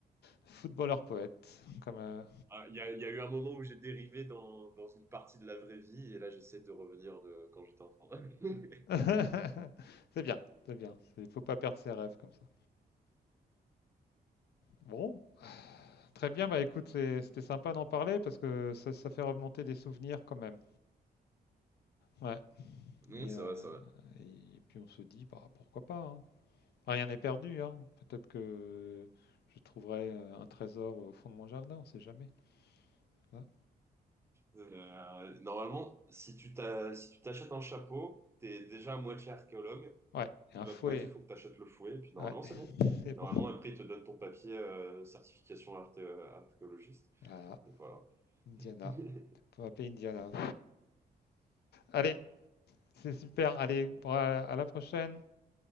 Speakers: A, on the left (about 75°); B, on the right (about 15°).
A: Footballeur poète, comme euh,
B: Ah, Il y a, il y a eu un moment où j'ai dérivé dans, dans une partie de la vraie vie, et là, j'essaie de revenir de quand j'étais enfant. <laughs>
A: <laughs> c'est bien, c'est bien. Il faut pas perdre ses rêves comme ça. Bon, très bien. Bah écoute, c'est- c'était sympa d'en parler parce que ça, ça fait remonter des souvenirs quand même. Ouais.
B: Mm,
A: Et,
B: ça
A: euh,
B: va, ça va.
A: et, puis on se dit, bah pourquoi pas. hein. Enfin, Rien n'est perdu. hein. Peut-être que je trouverai euh, un trésor au fond de mon jardin. On sait jamais. hein.
B: Euh, normalement, si tu t'as- si tu t'achètes un chapeau, t'es déjà à moitié archéologue.
A: Ouais. Et
B: L'autre
A: un fouet.
B: moitié, faut que t'achètes le fouet. Et puis normalement,
A: Ouais.
B: c'est
A: <laughs>
B: bon.
A: C'est
B: Normalement,
A: bon.
B: après, ils te donnent ton papier euh, certification arté- euh, archéologiste.
A: Voilà.
B: Et voilà.
A: Indiana.
B: <laughs>
A: Faut appeler Indiana. Allez, c'est super. Allez, bon, à à la prochaine.